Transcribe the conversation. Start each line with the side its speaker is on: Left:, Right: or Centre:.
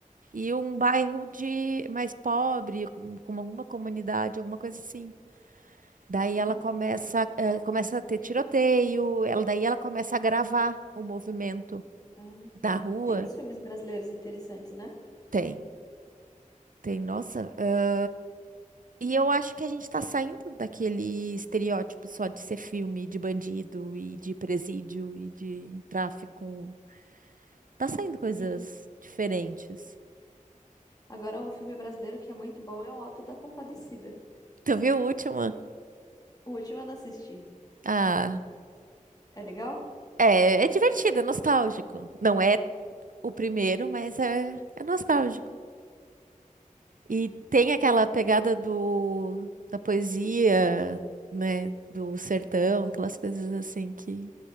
Right: E um bairro de mais pobre, com com alguma comunidade, alguma coisa assim. Daí
Left: entendi.
Right: ela começa, eh, começa a ter tiroteio, ela, daí ela começa a gravar o movimento
Left: Ah.
Right: da rua.
Left: Tem uns filmes brasileiros interessantes, né?
Right: Tem, tem, nossa. eh, E eu acho que a gente está saindo daquele estereótipo só de ser filme de bandido e de presídio e de tráfico. Tá saindo coisas
Left: Sim.
Right: diferentes.
Left: Agora, um filme brasileiro que é muito bom é O Auto da Compadecida.
Right: Tu
Left: <laughs>
Right: viu o último?
Left: O último eu não assisti.
Right: Ah,
Left: É legal?
Right: é, é divertido, é nostálgico. Não é o primeiro, mas é, é nostálgico. E tem aquela pegada do, da poesia, né? Do sertão, aquelas coisas assim que